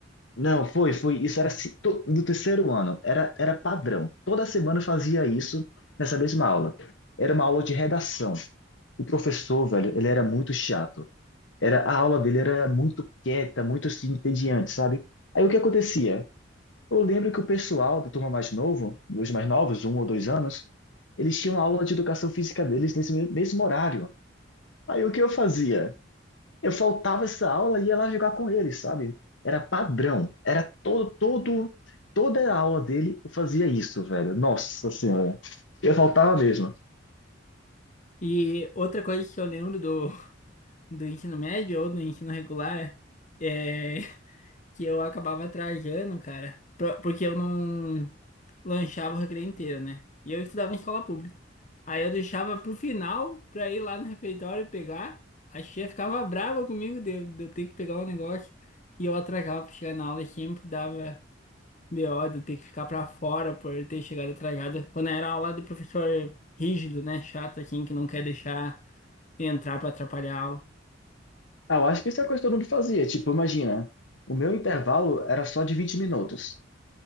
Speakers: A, on the left; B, on the left.
A: não, foi, foi, isso era se- to- no terceiro ano, era, era padrão. Toda semana eu fazia isso nessa mesma aula. Era uma aula de redação. O professor, velho, ele era muito chato. Era, a aula dele era muito quieta, muito assim, entediante, sabe? Aí o que acontecia? Eu lembro que o pessoal da turma mais novo, dos mais novos, um ou dois anos, eles tinham aula de educação física deles nesse me- mesmo horário. Aí o que eu fazia? Eu faltava essa aula e ia lá jogar com eles, sabe? Era padrão, era todo, todo, toda a aula dele eu fazia isso, velho. Nossa Senhora, eu faltava mesmo.
B: E outra coisa que eu lembro do, do ensino médio ou do ensino regular é. que eu acabava atrasando, cara, pro- porque eu não lanchava o recreio inteiro, né? E eu estudava em escola pública. Aí eu deixava pro final pra ir lá no refeitório pegar. A tia ficava brava comigo de, eu- de eu ter que pegar o negócio. E eu atrasava pra chegar na aula e sempre dava BO de eu ter que ficar pra fora por eu ter chegado atrasado. Quando era aula do professor rígido, né? Chato, assim, que não quer deixar entrar pra atrapalhar a aula.
A: Ah, eu acho que isso é a coisa que todo mundo fazia. Tipo, imagina, o meu intervalo era só de 20 minutos.